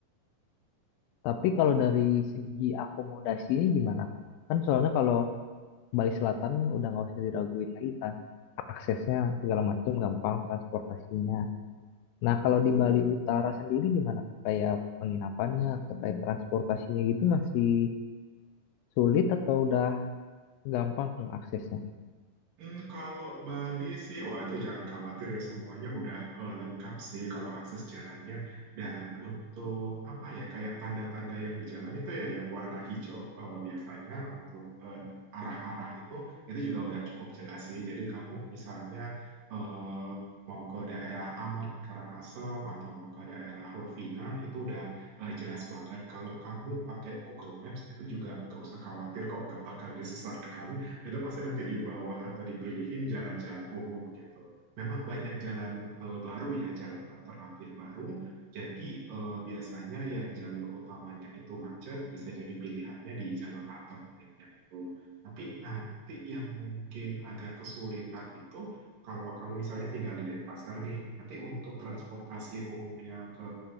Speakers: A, on the left; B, on the right.
A: Tapi kalau dari segi akomodasinya gimana? Kan soalnya kalau Bali Selatan udah nggak usah diraguin lagi kan. Aksesnya segala macam gampang, transportasinya. Nah kalau di Bali Utara sendiri gimana? Kayak penginapannya atau kayak transportasinya gitu masih sulit atau udah gampang aksesnya?
B: Hmm, kalau Bali sih, wah itu jangan khawatir ya semuanya udah eh, lengkap sih kalau akses jalannya dan untuk apa ya kayak tanda-tanda yang di jalan itu ya yang warna hijau eh, biasanya untuk eh, arah-arah itu itu juga udah cukup jelas sih. Jadi kamu misalnya eh, mau ke daerah Amat Karangasem atau mau ke daerah Lovina itu udah eh, jelas banget. Kalau kamu pakai Google Maps itu juga nggak usah khawatir kok nggak bakal disesatkan itu pasti nanti di bawah atau dipilihin jalan-jalan umum gitu. Memang banyak jalan eh, baru ya, jalan alternatif baru. Jadi eh, biasanya yang jalur utamanya itu macet, bisa jadi pilihannya di jalur alternatifnya itu. Tapi nanti yang mungkin agak kesulitan itu kalau kamu misalnya tinggal di Denpasar nih, nanti untuk transportasi umumnya ke